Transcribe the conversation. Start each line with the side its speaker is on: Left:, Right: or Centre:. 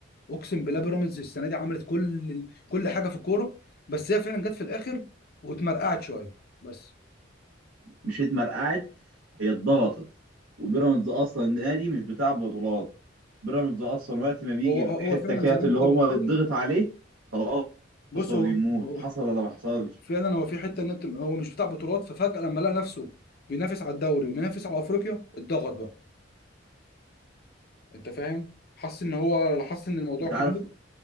Left: اقسم بالله بيراميدز السنه دي عملت كل ال- كل حاجه في الكوره بس هي فعلا جت في الاخر واتمرقعت شويه بس
Right: مش اتمرقعت هي اتضغطت وبيراميدز اصلا نادي مش بتاع بطولات بيراميدز اصلا وقت ما بيجي
Left: هو
Right: الحته
Left: هو فعلا
Right: كده
Left: زي ما
Right: اللي
Left: انت
Right: هو
Left: بتقول
Right: اتضغط عليه خلاص
Left: بص
Right: هو
Left: هو
Right: بيموت
Left: هو
Right: حصل ولا ما حصلش
Left: فعلا هو في حته ان انت هو مش بتاع بطولات ففجاه لما لقى نفسه بينافس على الدوري وبينافس على افريقيا اتضغط بقى انت فاهم حس ان هو حس ان الموضوع
Right: انت
Left: كبير
Right: عارف